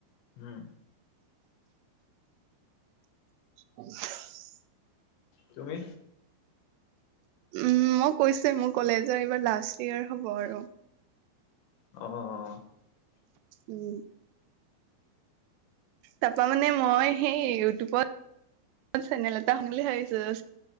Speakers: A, on the left; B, on the right.
A: উম
B: <inaudible>
A: তুমি?
B: উম, মই কৈছোৱে মোৰ কলেজৰ এইবাৰ লাষ্ট ইয়েৰ হ'ব আৰু।
A: অহ
B: উম। তাৰাপা মানে মই সেই ইউটিউবত চেনেল এটা খুলিম বুলি ভাবছো